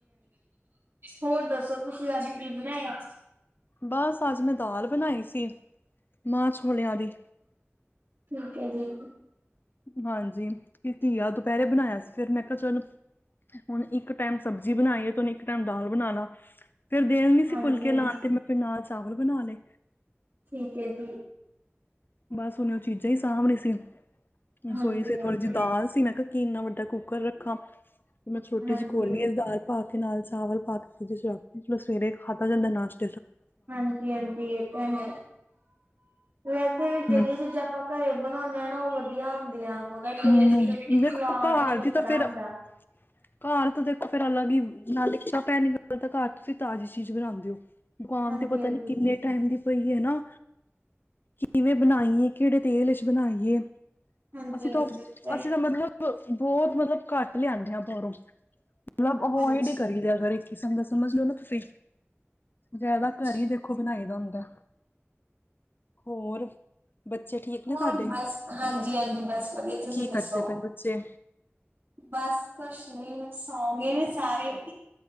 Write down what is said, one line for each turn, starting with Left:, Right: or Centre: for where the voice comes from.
Right: ਹੋਰ ਦੱਸੋ ਤੁਸੀਂ ਅੱਜ ਕੀ ਬਣਾਇਆ?
Left: ਬਸ ਅੱਜ ਮੈਂ ਦਾਲ ਬਣਾਈ ਸੀ। ਮਾਹ ਛੋਲਿਆਂ ਦੀ।
Right: ਠੀਕ ਹੈ ਜੀ।
Left: ਹਾਂਜੀ ਕਿ ਘੀਆ ਦੁਪਹਿਰੇ ਬਣਾਇਆ ਸੀ। ਫਿਰ ਮੈਂ ਕਿਹਾ ਚਲੋ ਹੁਣ ਇੱਕ ਟਾਈਮ ਸਬਜ਼ੀ ਬਣਾਈ ਹੈ ਤੇ ਉਹਨੂੰ ਇੱਕ ਟਾਈਮ ਦਾਲ ਬਣਾ ਲਾ। ਫਿਰ ਦੇਣੀ ਸੀ
Right: ਹਾਂਜੀ
Left: ਫੁਲਕੇ
Right: ਹਾਂਜੀ
Left: ਲਾਉਣ ਤੇ ਮੈਂ ਫਿਰਨਾ ਚਾਵਲ ਬਣਾ ਲਏ।
Right: ਠੀਕ ਹੈ ਜੀ।
Left: ਬਸ ਹੁਣ ਉਹ ਚੀਜ਼ਾਂ ਹੀ ਸਾਂਭ ਰਹੀ ਸੀ। ਰਸੋਈ
Right: ਹਾਂਜੀ
Left: ਸੀ
Right: ਹਾਂਜੀ
Left: ਥੋੜ੍ਹੀ ਜਿਹੀ ਦਾਲ ਸੀ ਮੈਂ ਕਿਹਾ ਕਿ ਇੰਨਾ ਵੱਡਾ ਕੁੱਕਰ ਰੱਖਾ ਮੈਂ ਛੋਟੀ
Right: ਹਾਂਜੀ
Left: ਜਹੀ ਕੋਲੀ ਦਾਲ ਪਾ ਕੇ ਨਾਲ ਚਾਵਲ ਪਾ ਕੇ ਫਰਿੱਜ ਵਿੱਚ ਰੱਖ ਦੋ ਥੋੜਾ ਸਵੇਰੇ ਖਾਦਾ ਜਾਂਦਾ ਨਾਸ਼ਤਾ
Right: ਹਾਂਜੀ ਹਾਂਜੀ ਇਹ ਤਾਂ ਹੈ ਵੈਸੇ ਵੀ ਜਿਹੜੀਆਂ
Left: ਹੂੰ
Right: ਚੀਜ਼ਾਂ ਆਪਾਂ ਘਰੇ ਬਣਾਉਂਣੇ ਆ ਨਾ ਉਹ ਵਧ ਹੁੰਦੀਆਂ ਉਹਦਾ ਟੇਸਟ
Left: ਹੂੰ
Right: ਸਵਾਦ
Left: ਦੇਖੋ ਘਰ
Right: ਹੀ ਵੱਖਰਾ
Left: ਦੀ ਤਾਂ ਫੇਰ
Right: ਹੁੰਦਾ
Left: ਘਰ ਤਾਂ ਦੇਖੋ ਫੇਰ ਅਲੱਗ ਹੀ ਨਾਲ ਇੱਕਾ <unintelligible> ਤਾਂ ਘਰ ਤੁਸੀਂ ਤਾਜ਼ੀ ਚੀਜ਼ ਬਣਾਉਂਦੇ ਹੋ। ਦੁਕਾਨ
Right: ਹਾਂਜੀ
Left: ਤੇ ਪਤਾ
Right: ਹਾਂਜੀ
Left: ਨੀ ਕਿੰਨੇ ਟਾਈਮ ਦੀ ਪਈ ਏ ਨਾ। ਕਿਵੇਂ ਬਣਾਈਏ ਕਿਹੜੇ ਤੇਲ ਵਿੱਚ ਬਣਾਈਏ?
Right: ਹਾਂਜੀ
Left: ਅਸੀਂ ਤਾਂ
Right: ਹਾਂਜੀ ਤੇ
Left: ਅਸੀਂ ਤਾਂ ਮਤਲਬ ਬਹੁਤ ਮਤਲਬ ਘੱਟ ਲਿਆਂਂਦੇ ਆ ਬਾਹਰੋਂ। ਮਤਲਬ ਅਵਾਇਡ
Right: ਹਾਂਜੀ
Left: ਹੀ ਕਰੀ ਦਾ <unintelligible> ਕਿਸਮ ਦਾ ਸਮਝ ਲਓ ਨਾ ਤੁਸੀਂ। ਜ਼ਿਆਦਾ
Right: ਹਾਂਜੀ
Left: ਘਰ ਹੀ ਦੇਖੋ ਬਣਾਏ। ਦਾ ਹੁੰਦਾ ਹੋਰ ਬੱਚੇ ਠੀਕ ਨੇ
Right: ਹੋਰ
Left: ਤੁਹਾਡੇ?
Right: ਬਸ ਹਾਂਜੀ ਹਾਂਜੀ ਬਸ ਵਧੀਆ ਤੁਸੀਂ
Left: ਕੀ
Right: ਦੱਸੋ?
Left: ਕਰਦੇ ਪਏ ਨੇ ਬੱਚੇ?
Right: ਬਸ ਕੁਛ ਨੀ ਸੌ ਗੇ ਨੇ ਸਾਰੇ।